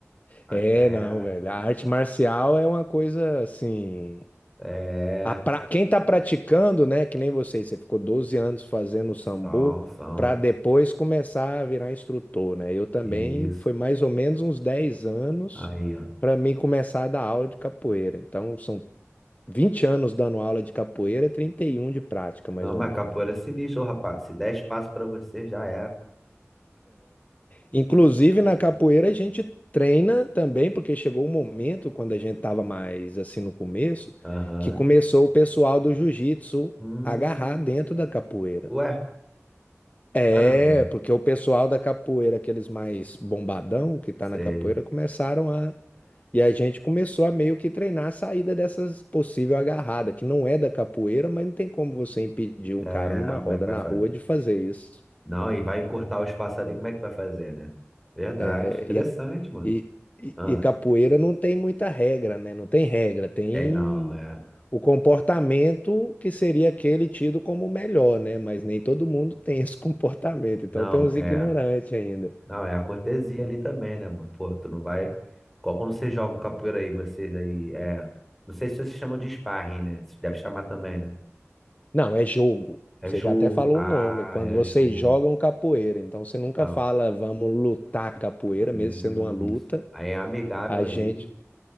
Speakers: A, in the centre; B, on the left (about 30°).
A: Ah,
B: é,
A: É,
B: não, velho. A arte marcial é uma coisa assim.
A: é,
B: A pra... Quem tá praticando, né? Que nem você, você ficou doze anos fazendo sambo
A: são, são,
B: pra depois começar a virar instrutor, né? Eu também
A: isso.
B: foi mais ou menos uns dez anos.
A: Aí, ó.
B: Pra mim começar a dar aula de capoeira. Então, são 20 anos dando aula de capoeira, e 31 de prática,
A: Não,
B: mais ou
A: mas
B: menos.
A: capoeira é sinistro, ô, rapaz. Se der espaço pra você, já era.
B: Inclusive, na capoeira, a gente treina também, porque chegou um momento, quando a gente estava mais assim no começo,
A: Aham.
B: que começou o pessoal do jiu-jitsu
A: Hum,
B: agarrar dentro da capoeira.
A: ué,
B: É,
A: caramba.
B: porque o pessoal da capoeira, aqueles mais bombadão que tá
A: Sei.
B: na capoeira, começaram a. E a gente começou a meio que treinar a saída dessas possível agarrada, que não é da capoeira, mas não tem como você impedir um
A: É,
B: cara numa
A: como
B: roda
A: é que vai
B: na
A: fazer?
B: rua de fazer isso.
A: Não, e vai encurtar o espaço ali, como é que vai fazer, né? Verdade,
B: É,
A: interessante,
B: e, a-
A: mano.
B: e- e-
A: Ah,
B: e capoeira não tem muita regra, né? Não tem regra, tem
A: tem não, é.
B: o comportamento que seria aquele tido como o melhor, né? Mas nem todo mundo tem esse <laughs> comportamento, então
A: Não,
B: tem uns
A: é.
B: ignorantes ainda.
A: Não, é a cortesia ali também, né, mano? Pô, tu não vai. Qual- Quando vocês jogam capoeira aí, vocês aí, é. Não sei se vocês chamam de sparring, né? Vocês devem chamar também, né?
B: Não, é jogo.
A: É
B: Você
A: jogo.
B: já até falou
A: Ah,
B: o nome. Quando
A: é
B: vocês
A: jogo.
B: jogam capoeira, então você nunca
A: Então,
B: fala vamos lutar capoeira,
A: isso.
B: mesmo sendo uma luta.
A: Aí é amigável
B: A
A: ali.
B: gente